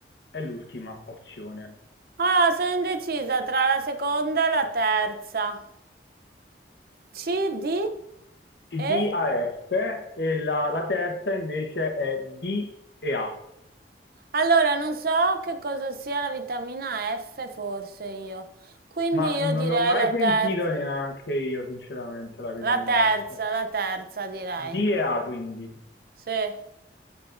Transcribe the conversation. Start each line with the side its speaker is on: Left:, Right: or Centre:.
Left: è l'ultima opzione.
Right: Allora, sono indecisa tra la seconda e la terza. C, D e...
Left: DAF e la, la terza invece è DEA,
Right: Allora, non so che cosa sia la vitamina F, forse io. Quindi
Left: ma
Right: io
Left: non
Right: direi
Left: l'ho mai
Right: la
Left: sentito
Right: terza.
Left: neanche io, sinceramente, la vitamina
Right: La terza,
Left: F.
Right: la terza direi.
Left: DEA quindi.
Right: Sì.